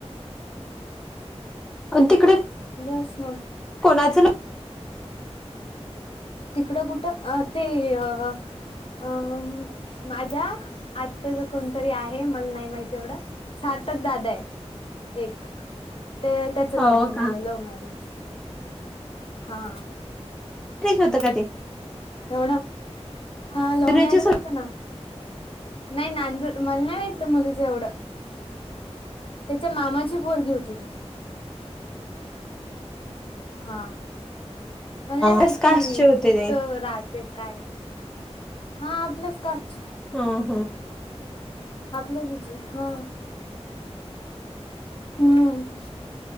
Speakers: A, in the centre; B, on the left.
A: आणि तिकडे
B: बस मग
A: कोणाचं ना
B: तिकडं कुठं अ ते अ. अं माझ्या आत्ता ज कोणतरी आहे मला नाही माहिती. तेवढा सार्थक दादा आहे एक. ते त्याचं लग्न
A: हो
B: झालं
A: का
B: लव्ह मॅरेज, हा.
A: <unintelligible> होता का ते.
B: एवढ, हा
A: नांदुरेचेच
B: लव मॅरेज
A: होते
B: होत ना. नाही नांदू मला नाही माहितत मुज जेवढं त्याच्या मामाची पोरगी होती ती हा मला नाही माहितरी
A: कस कास्टचे होते
B: कुठ
A: ते
B: राहते काय. हा प्लस काढची
A: हा हा
B: आपलं बीजी हा हम्म.